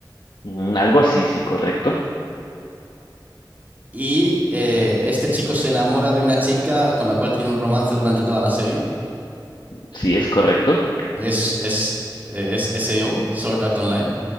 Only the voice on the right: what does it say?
Y eh, este chico se enamora de una chica con la cual tiene un romance durante toda la serie.
Es, es, eh, es SAO, Sword Art Online.